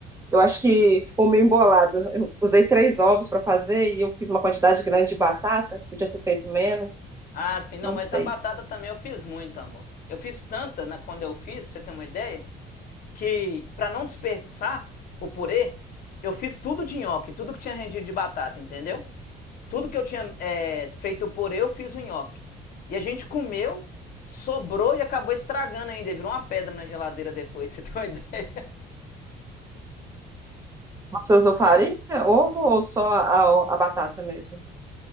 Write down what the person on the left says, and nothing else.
Ah, sim, não,
mas
a batata também eu fiz muito, amor. Eu fiz tanta na- quando eu fiz, pra você ter uma ideia, que pra não desperdiçar o purê, eu fiz tudo de nhoque, tudo que tinha rendido de batata, entendeu? Tudo que eu tinha é, feito o purê, eu fiz o nhoque. E a gente comeu, sobrou e acabou estragando ainda, virou uma pedra na geladeira depois, <laughs> pra você ter uma ideia.